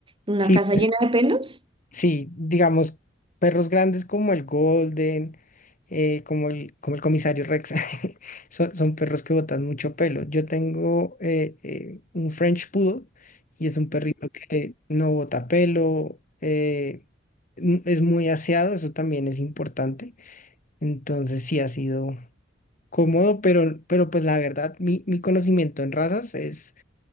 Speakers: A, on the right; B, on the left.
A: una
B: Sí,
A: casa
B: pues,
A: llena de pelos.
B: sí, digamos, perros grandes como el Golden, eh, como el, como el comisario Rex, <laughs> son, son perros que botan mucho pelo. Yo tengo eh, eh, un French Poodle y es un perrito que no bota pelo, eh, n- es muy aseado, eso también es importante. Entonces sí ha sido cómodo, pero, pero pues la verdad, mi, mi conocimiento en razas es,